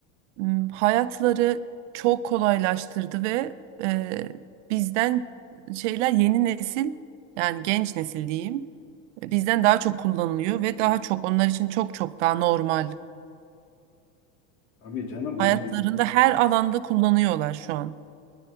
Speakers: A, on the right (about 65°); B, on the left (about 80°).
A: m, hayatları çok kolaylaştırdı ve e, bizden şeyler yeni nesil yani genç nesil diyeyim e, bizden daha çok kullanılıyor ve daha çok onlar için çok çok daha normal.
B: Tabii canım
A: Hayatlarında
B: onlar
A: her alanda kullanıyorlar şu an.